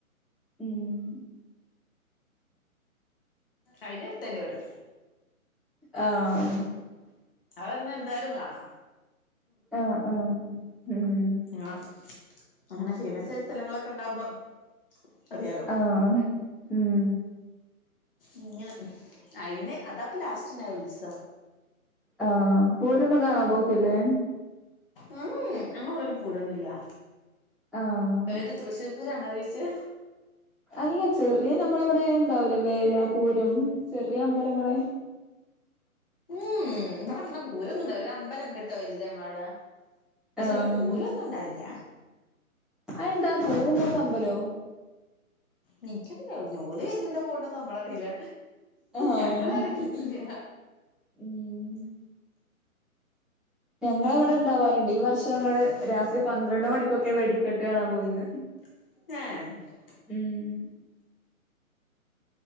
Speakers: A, in the centre; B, on the left (about 40°).
A: ഉം.
B: അയിന്റെ അട്ത്താ ഇൻ്റെ വീട്.
A: ആഹ്.
B: അത് വന്നാ എന്തായാലും കാണാ.
A: ആഹ് ആഹ് ഉം ഹും.
B: ഇങ്ങള അങ്ങനെ ഫേമസായ സ്ഥലങ്ങളൊക്കെ ണ്ടാവുമ്പം. അറിയാലോ.
A: ആഹ് ഉം
B: ഇങ്ങനെ അയിന് അതാപ്പ ലാസ്റ്റ് ഇണ്ടായ ഉത്സവം.
A: ആഹ് പൂരൊന്നും കാണാൻ പോക്ക്ല്ലേ?
B: ഊം ഉം. ഞങ്ങളെ വെടെ അയ്ന് പൂരൊന്നുല്ല്യ.
A: ആഹ്
B: ഏത് തൃശ്ശൂർ പൂരാണോ ഉദേഷ്ച്ചെ?
A: അല്ല ചെറിയ നമ്മളെവടെ ഇണ്ടാവൂലേ വേല പൂരം ചെറിയ അമ്പലങ്ങള്.
B: ഊംഉം. ഇവടെ അങ്ങനെ പൂരൊന്നും ഇണ്ടാവൽല. ഒര് അമ്പലണ്ട്ട്ടോ വലുത് ഞങ്ങളെ വടെ. പക്ഷേ
A: ആഹ്
B: അയ്ല് പൂരൊന്നും ഉണ്ടാവേല്ല്യ.
A: അതെന്താ പൂരെല്ലാത്ത അമ്പലോ.
B: നിൻക്കറീലാ. ഇഞോല് വരല്ണ്ടോ പോവ്ണ്ടോന്ന് നമ്മളറീല്ല.
A: ആഹ്
B: ഞങ്ങള അറിയലില്ല.
A: ഉം. ഞങ്ങളെവടെ ഇണ്ടാവാറ്ണ്ട്. ഈ വർഷം ഞങ്ങള് രാത്രി പന്ത്രണ്ട് മണിക്കൊക്കെ വേടിക്കെട്ട് കാണാൻ പോയിന്ന്.
B: ഏഹ്.
A: ഉം.